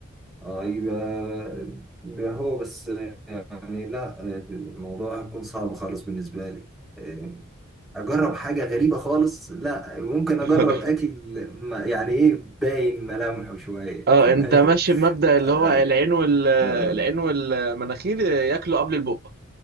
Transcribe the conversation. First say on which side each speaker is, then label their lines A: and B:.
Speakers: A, in the centre; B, on the right (about 50°).
A: اه يبقى يبقى هو بس يعني لا الموضوع هيكون صعب خالص بالنسبة لي آه، أجرب حاجة غريبة خالص لا ممكن
B: <laughs>
A: أجرب أكل ما- يعني إيه باين ملامحه شوية
B: اه
A: <laughs> تمام
B: انت ماشي بمبدأ اللي
A: آه،
B: هو العين وال العين
A: آه.
B: والمناخير ياكلوا قبل البق